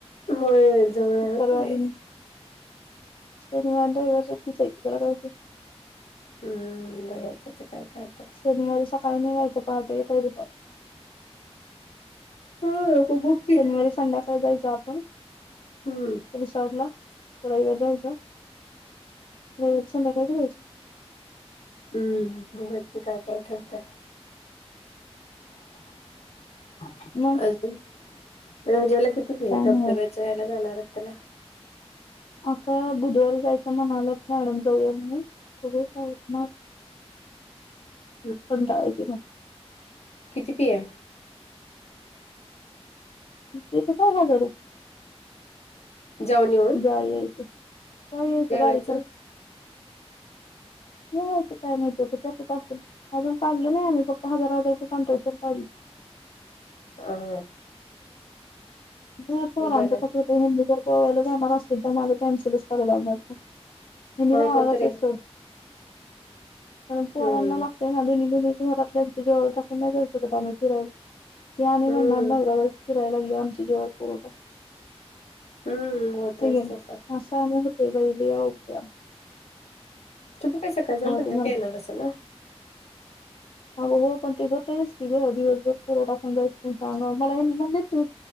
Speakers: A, on the left; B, on the left.
A: होय जवळ
B: शुक्रवारी
A: हाय व तुम्ही.
B: शनिवार रविवार सुट्टीच हाय की त्याला काय हुतय?
A: हम्म, बघायचं आता काय काय आता.
B: शनिवारी सकाळी निघायचं पहाटे येताय दुपा
A: हा बघू. की
B: शनिवारी संध्याकाळी जायच आपण.
A: हम्म.
B: रिसॉर्टला रविवारी राहायचं रविवारी संध्याकाळी निघायचं.
A: हम्म, बघुयात की काय काय ठरतंय. <inaudible>
B: मग?
A: रंज्याला किती फी
B: काय
A: आय धबधब्याचा
B: नाही होत
A: ह्याला जाणार हायत त्याला?
B: आता बुधवारी जायचं म्हणाल्यात मॅडम जाऊया म्हणून बघू काय होतय माझं.
A: <inaudible>
B: कंटाळा येतोय मला.
A: किती फी आय?
B: फी च काय हजार रुप
A: जाऊन येऊन?
B: जाया यायचं जाया यायचं
A: जेवायचं
B: गाडी खर्च.
A: <inaudible>
B: जेवायचं काय माहिती आता त्यातच असल. अजून काढंलो नाही आम्ही, फक्त हजार-हजार रुपये कांट्रेशन काढलं.
A: अं.
B: मग पोरांचं
A: बरं
B: कसं होतय हेंनी जर गोव्याला जाणार असतील तर माझं कॅन्सलच कराव लागणार. हेंनी
A: हो
B: जाणारच
A: कोणतरी
B: हे सोड. <inaudible> पण पोरानला
A: हम्म
B: लागतय या दोन्ही-दोन्ही घरातल्यांच्या जीवावर टाकून नाही जाऊ शकत आम्ही फिरायला. ते आणि
A: हम्म
B: म्हणनार नवरा-बायको फिरायला लागलीया आमचे जीवावर पोर टाकून,
A: हम्म होतच
B: <inaudible>
A: तसं
B: असं आणि वेगळे-वेगळे आहेत का?
A: तुम्ही काय सकाळ जाऊन संध्याकाळी
B: ते मला
A: येणार असेल ना?
B: आवो हो पण ती होतचं की गं दिवसभर पोर टाकून जायचं तेंच्या अंगावर मला हेंनी म्हणलेत तु